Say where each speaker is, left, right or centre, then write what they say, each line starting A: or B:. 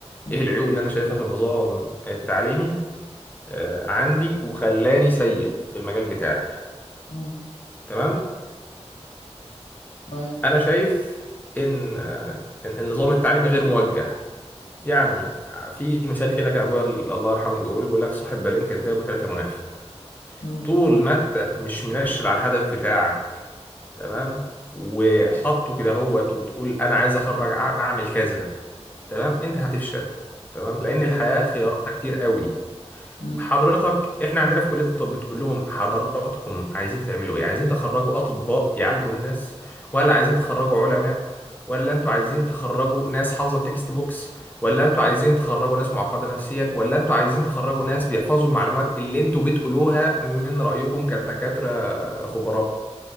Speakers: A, on the left; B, on the left.
A: مم.
B: ايه العيوب اللي انا شايفها في النظام التعليمي آه، عندي وخلاني سيء في المجال بتاعي
A: مم.
B: تمام
A: تمام
B: انا شايف ان آه، ان النظام التعليمي غير موجه يعني في مثال كده كان ابويا الله يرحمه بيقول بيقول لك صاحب بالين كداب وثلاثه منافق
A: مم.
B: طول ما انت مش منشل على الهدف بتاعك تمام وحاطه كده هوت وبتقول انا عايز اخرج أع- اعمل كذا تمام انت هتفشل تمام لان الحياة
A: طيب
B: خياراتها كتير قوي
A: مم.
B: حضرتك احنا عندنا في كلية الطب بتقول لهم حضراتكم عايزين تعملوا ايه عايزين تخرجوا اطباء يعالجوا الناس ولا عايزين تخرجوا علماء ولا انتوا عايزين تخرجوا ناس حافظة التكست بوكس ولا انتوا عايزين تخرجوا ناس معقدة نفسيا ولا انتوا عايزين تخرجوا ناس بيحفظوا المعلومات اللي انتوا بتقولوها من رأيكم كدكاترة خبراء